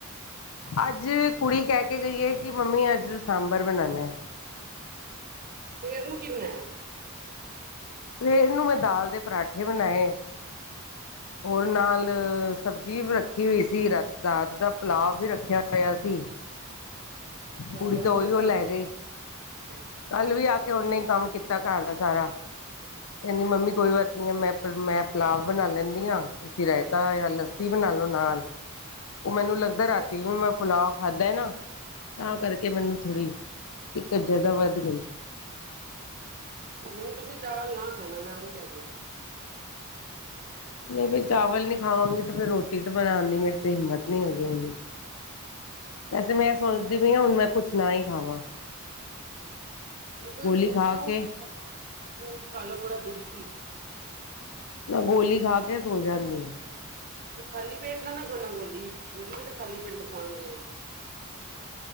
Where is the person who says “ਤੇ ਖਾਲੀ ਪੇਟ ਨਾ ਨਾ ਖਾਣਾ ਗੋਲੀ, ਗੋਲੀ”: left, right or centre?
Right